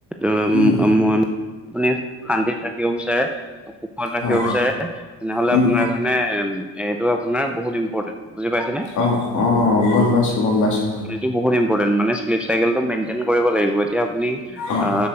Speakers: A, in the centre; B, on the left (about 60°).
A: এ
B: উম,
A: মন আপুনি শান্তিত ৰাখিব বিচাৰে, সুখত ৰাখিব
B: হয়,
A: বিচাৰে, তেনেহ'লে
B: উম।
A: আপোনাৰ নাই, এইটো আপোনাৰ বহুত ইম্পৰ্টেণ্ট, বুজি পাইছে নে?
B: অ, অ, গম পাইছোঁ, গম পাইছোঁ।
A: টো বহুত ইম্পৰটেণ্ট, মানে শ্লিপ চাইকেলটো মেইনটেইন কৰিব লাগিব, এতিয়া আপুনি
B: অঁ
A: আ